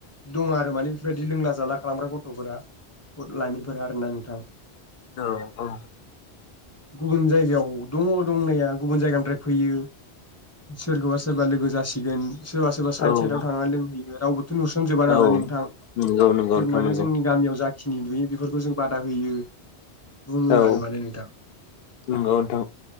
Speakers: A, on the left; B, on the left.
A: दङ आरो माने बेफोरबायदि लोंला जाला खालामग्रा गथ'फोरा लाइमोनफोर आरो ना नोंथां <unintelligible>
B: औ औ।
A: गुबुन जायगायाव दङ दंनाया गुबुन जायगानिफ्राय फैयो सोरखौबा सोरबा लोगो जासिगोन सोरबा सोरबा साइड
B: औ
A: साइडआव थांनानै लोंहैयो <unintelligible> नुसनजोबा
B: नंगौ
A: नालाय नोंथां
B: नंगौ नोंथां
A: जों माने
B: नंगौ
A: जोंनि गामियाव जायो <unintelligible> खिनि नुयो बेफोरखौ जों बादा होयो बुङो
B: औ
A: आरो माने नोंथां
B: नंगौ नोंथां